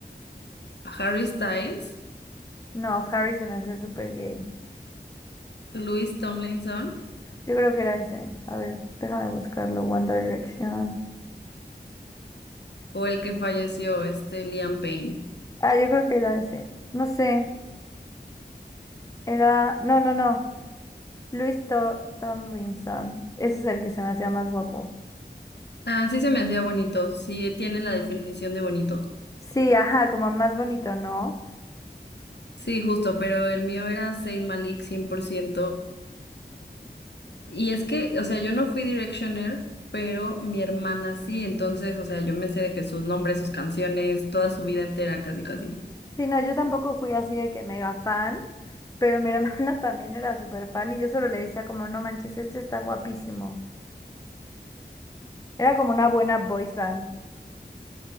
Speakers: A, on the left (about 75°); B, on the left (about 20°).
A: Harry Styles,
B: No, Harry se me hacía súper gay.
A: Louis Tomlinson.
B: Yo creo que era ese. A ver, déjame buscarlo. One Direction.
A: o el que falleció, este Liam Payne.
B: Ah, yo creo que era ese. No sé. Era. No, no, no. Luis To- Tomlinson. Ese es el que se me hacía más guapo.
A: Ah, sí se me hacía bonito, sí tiene la definición de bonito.
B: Sí, ajá, como más bonito, ¿no?
A: Sí, justo, pero el mío era Saint Malik cien por ciento Y es que, o sea, yo no fui Directioner, pero mi hermana sí, entonces, o sea, yo me sé de que sus nombres, sus canciones, toda su vida entera, casi, casi.
B: Sí, no, yo tampoco fui así de que mega fan, pero mi hermana <laughs> también era súper fan y yo solo le decía como, no manches, este está guapísimo. Era como una buena boys band.